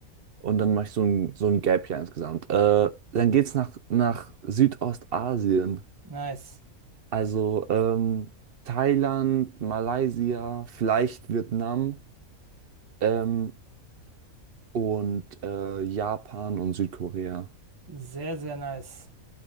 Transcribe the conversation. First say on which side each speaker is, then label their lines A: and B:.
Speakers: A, on the right; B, on the right.
A: Und dann mache ich so ein, so ein Gap-Jahr insgesamt. Äh, dann geht's nach, nach Südostasien.
B: Nice.
A: Also ähm, Thailand, Malaysia, vielleicht Vietnam ähm, und äh, Japan und Südkorea.
B: Sehr, sehr nice.